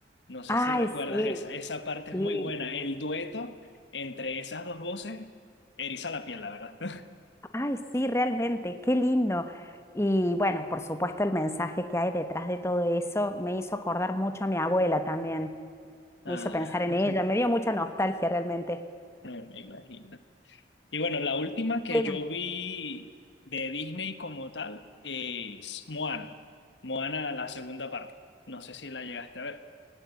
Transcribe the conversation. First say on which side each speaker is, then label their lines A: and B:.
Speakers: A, on the left; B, on the left.
A: No sé
B: Ay,
A: si recuerdas
B: sí,
A: esa, esa parte
B: sí,
A: es muy buena, el dueto entre esas dos voces eriza la piel, la verdad. <laughs>
B: ay, sí, realmente, qué lindo. Y bueno, por supuesto, el mensaje que hay detrás de todo eso me hizo acordar mucho a mi abuela también,
A: Ah,
B: me hizo pensar en
A: <laughs>
B: ella, me dio mucha nostalgia realmente.
A: me imagino. Y bueno, la última que
B: Pero
A: yo vi de Disney como tal es Moana. Moana, la segunda parte. No sé si la llegaste a ver.